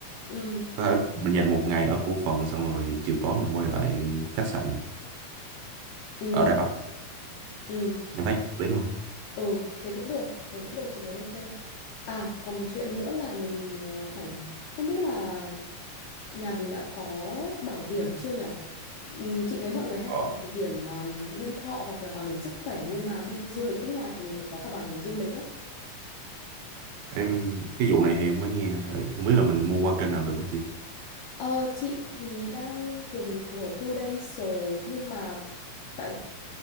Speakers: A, on the left (about 80°); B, on the right (about 80°).
A: ừ,
B: có thể mình dành một ngày ở cổ phần xong rồi chiều tối mình quay lại khách sạn
A: ừ,
B: ở Đài Bắc
A: ừ,
B: em thấy hợp lý không
A: ừ, thế cũng được, thế cũng được, chị thấy ok. À, còn một chuyện nữa là mình ờ, phải không biết là Nhà mình đã có bảo hiểm chưa nhở? Ừm, Chị thấy mọi người hay
B: ờ,
A: có bảo hiểm ừm, nhân thọ hoặc là bảo hiểm sức khỏe nhưng mà đi du lịch nước ngoài thì mình phải có cả bảo hiểm du lịch á.
B: em cái vụ này thì em mới nghe ừ, không biết là mình mua qua kênh nào được không chị
A: Ờ, chị thì đang dùng của Prudential nhưng mà tại